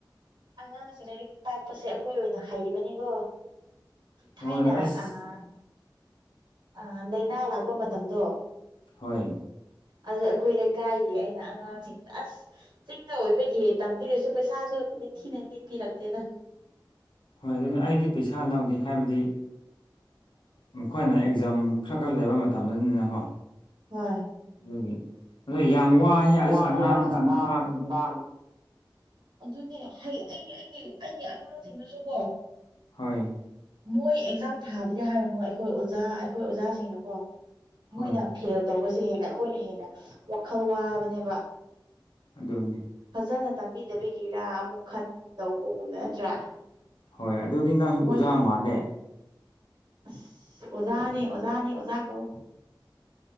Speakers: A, on the right; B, on the left.
A: ꯑꯉꯥꯡꯁꯦ ꯂꯥꯏꯔꯤꯛ ꯇꯥꯛꯄꯁꯦ ꯑꯩꯈꯣꯏ ꯑꯣꯏꯅ ꯍꯩꯕꯅꯤꯀꯣ
B: ꯍꯣꯏ
A: ꯊꯥꯏꯅ
B: ꯑꯁ
A: ꯑꯥ ꯑꯥ ꯂꯥꯏꯅꯥ ꯂꯥꯛꯄ ꯃꯇꯝꯗꯣ
B: ꯍꯣꯏ
A: ꯑꯗꯨꯗ ꯑꯩꯈꯣꯏ ꯂꯩꯀꯥꯏꯒꯤ ꯑꯩꯅ ꯑꯉꯥꯡꯁꯤꯡꯗꯣ ꯑꯁ ꯑꯣꯏꯕꯒꯤ ꯇꯝꯕꯤꯔꯁꯨ ꯄꯩꯁꯥꯁꯨ ꯅꯤꯡꯊꯤꯅꯗꯤ ꯄꯤꯔꯛꯇꯦꯗ
B: ꯍꯣꯏ ꯑꯗꯨꯅ ꯑꯩꯗꯤ ꯄꯩꯁꯥ ꯂꯧꯗꯦ ꯍꯥꯏꯕꯗꯤ ꯃꯈꯣꯏꯅ ꯑꯦꯛꯖꯥꯝ ꯈꯔ ꯈꯔ ꯂꯩꯕ ꯃꯇꯝꯅꯤꯅꯀꯣ
A: ꯍꯣꯏ
B: ꯑꯗꯨꯒꯤ ꯑꯗꯣ ꯌꯥꯝ ꯋꯥꯍꯦ ꯑꯁ
A: ꯋꯥꯏꯍꯦ
B: ꯑꯉꯥꯡꯁꯤꯡ
A: ꯑꯁ ꯑꯉꯥꯡꯁꯤꯡ
B: ꯇꯥꯛꯄꯁꯦ
A: ꯇꯥꯛꯄ ꯑꯗꯨꯅꯦ ꯍ ꯑꯩ ꯑꯩꯒꯤ ꯑꯩꯒꯤ ꯑꯉꯥꯡꯁꯤꯡꯅꯁꯨꯀꯣ
B: ꯍꯣꯏ
A: ꯃꯣꯏ ꯑꯦꯛꯖꯥꯝ ꯊꯥꯕꯗꯤ ꯍꯥꯏꯔꯅꯨ ꯑꯩꯈꯣꯏ ꯑꯣꯖꯥ ꯑꯩꯈꯣꯏ ꯑꯣꯖꯥꯁꯤꯡꯅꯀꯣ ꯃꯣꯏꯅ
B: ꯍꯣꯏ
A: ꯐꯦꯜ ꯇꯧꯕꯁꯦ ꯍꯦꯟꯅ ꯑꯩꯈꯣꯏꯅ ꯍꯦꯟꯅ ꯋꯥꯈꯜ ꯋꯥꯕꯅꯦꯕ
B: ꯑꯗꯨꯅꯤ
A: ꯐꯖꯅ ꯇꯝꯕꯤꯗꯕꯤꯒꯤꯔꯥ ꯑꯃꯨꯛ ꯈꯟꯗꯧꯕꯒꯨꯝꯕ ꯅꯠꯇ꯭ꯔꯥ
B: ꯍꯣꯏ ꯑꯗꯨꯗꯤ ꯅꯪꯁꯨ
A: ꯃꯣꯏ
B: ꯎꯖꯥ ꯃꯥꯜꯂꯦ
A: ꯑꯁ ꯑꯣꯖꯥꯅꯤ ꯑꯣꯖꯥꯅꯤ ꯑꯣꯖꯥ ꯀꯧꯋꯣ